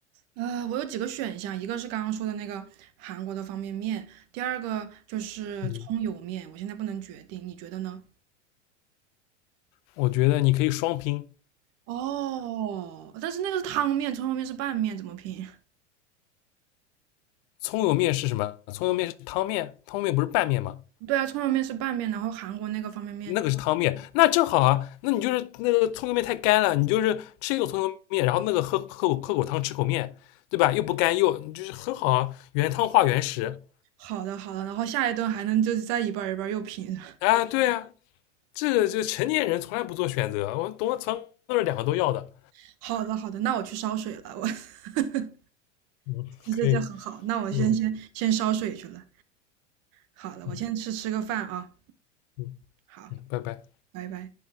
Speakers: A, on the right; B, on the left.
A: 呃，我有几个选项，一个是刚刚说的那个韩国的方便面，第二个就是葱油面，
B: 嗯，
A: 我现在不能决定，你觉得呢？
B: 我觉得你可以双拼，
A: 哦，但是那个是汤面，葱油面是拌面，怎么拼？
B: 葱油面是什么？葱油面是汤面，汤面不是拌面吗？
A: 对啊，葱油面是拌面，然后韩国那个方便面，
B: 那个是汤面，那正好啊。那你就是那个葱油面太干了，你就是吃一口葱油面，然后那个喝喝口喝口汤，吃口面，对吧？又不干又你就是很好啊，原汤化原食
A: 好的好的，然后下一顿还能就是再一半儿一半儿又拼，
B: 啊，对啊，这个就成年人从来不做选择，我从来从来都是两个都要的，
A: <laughs> 好的好的，那我去烧水了，我 <laughs>
B: 嗯，
A: 这这这很好，
B: 可以，
A: 那我先先先烧水去了，
B: 嗯
A: 好了，
B: 嗯
A: 我先吃吃个饭啊，
B: 嗯
A: 好，
B: 嗯，拜拜。
A: 拜拜。